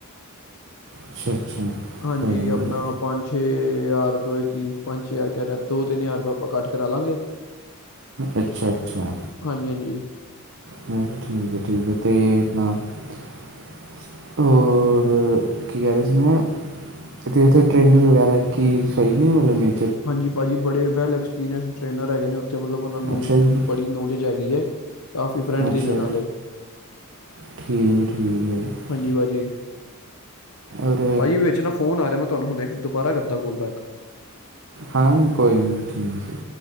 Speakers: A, on the right (about 55°); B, on the left (about 75°).
A: ਅੱਛਾ ਅੱਛਾ
B: ਹਾਂਜੀ
A: ਕੋਈ ਨਹੀਂ
B: ਆਪਣਾ ਪੰਜ ਛੇ ਹਜ਼ਾਰਪਏ ਕਿ ਪੰਜ ਹਜ਼ਾਰ ਕਹਿ ਰਿਹਾ ਦੋ ਤਿੰਨ ਹਜ਼ਾਰ ਰੁਪਇ ਆਪਾਂ ਕੱਟ ਕਰਾ ਲਾਂਗੇ
A: ਅੱਛਾ ਅੱਛਾ
B: ਹਾਂਜੀ ਹਾਂਜੀ
A: ਅ ਠੀਕ ਹੈ ਠੀਕ ਹੈ ਤੇ ਇਹ ਆਪ ਹੋਰ ਕੀ ਕਹਿ ਰਹੇ ਸੀ ਮੈਂ ਤੇ ਉੱਥੇ ਟ੍ਰੇਨ ਵਗੈਰਾ ਕੀ ਸਹੀ ਨੇ ਮਤਲਬ ਨੇ
B: ਹਾਂਜੀ ਭਾਜੀ ਬੜੇ ਵੈਲ ਐਕਸਪੀਰੀਅੰਸ ਟ੍ਰੇਨਰ ਹੈਗੇ ਨੇ ਉੱਥੇ ਮਤਲਬ ਉਹਨਾਂ ਨੂੰ
A: ਅੱਛਾ ਜੀ
B: ਬੜੀ ਨੋਲੇਜ ਜਾਗੀਈ ਹੈ ਕਾਫ਼ੀ ਫਰੈਂਡਲੀ
A: ਅੱਛਾ
B: ਨੇ ਨਾਲੇ
A: ਠੀਕ ਠੀਕ ਹੈ
B: ਹਾਂਜੀ ਭਾਜੀ
A: ਔਰ
B: ਭਾਜੀ ਵਿੱਚ ਨਾ ਫੋਨ ਆ ਰਿਹਾ ਮੈਂ ਤੁਹਾਨੂੰ ਹੁਣੇ ਇੱਕ ਦੁਬਾਰਾ ਕਰਦਾ ਕੋਲਬੈਕ।
A: ਹਾਂ ਕੋਈ ਨਹੀਂ ਠੀਕ ਜੀ